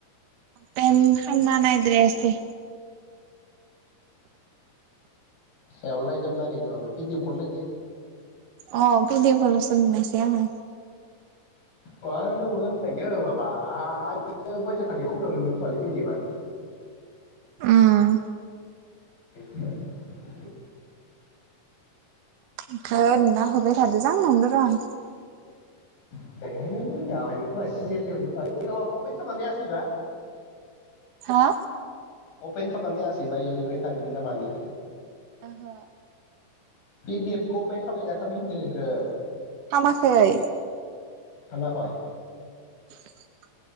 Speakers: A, on the right; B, on the left.
A: अपेन खामना नायद्राय आसै।
B: सायावल' नायदों होमबा ओरैनो माबा पिदिएफखोल' नायदों
A: अ पिदिएफखो लसो नुनायसै आंङो।
B: मार गोबाव जाबाय इयो माबा <unintelligible> गवाटियाव थानाय <unintelligible> पिदिएफ आ
A: उम।
B: <unintelligible>
A: आमफ्राय नोंनाव हरबाय थादोंदां नंदों र' आं।
B: <unintelligible> खालामनानै हायाखैब्ला।
A: हा?
B: अपेन खामना नायासैबा इआव लिरनाय थागौमोनना मानि।
A: ओहो।
B: पिडि एफखौ अपेन खामनाय ना खामि होनदो नोंखौ?
A: खामाखै
B: खामाखै?
A: <inaudible>